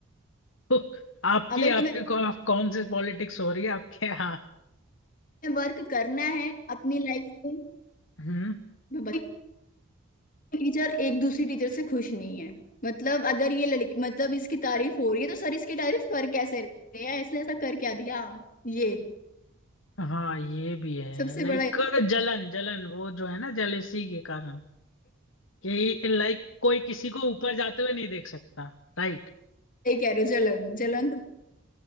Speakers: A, on the left; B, on the left.
A: तो आपकी
B: अगर तुम्हें
A: आपके कौ- आप कौन सी पॉलिटिक्स हो रही है आपके यहाँ
B: वर्क करना है अपनी लाइफ में
A: हम्म
B: तो बस- टीचर एक दूसरी टीचर से खुश नहीं है मतलब अगर ये लड़की मतलब इसकी तारीफ हो रही है तो सर इसकी तारीफ कर कैसे रहे हैं इसने ऐसा कर क्या दिया ये
A: हाँ ये भी है
B: सबसे
A: लाइक
B: बड़ा
A: जलन जलन वो जो है ना जेलेसी के कारण कि लाइक कोई किसी को ऊपर जाते हुए नहीं देख सकता राइट
B: ये कह रहे हो जलन जलन तो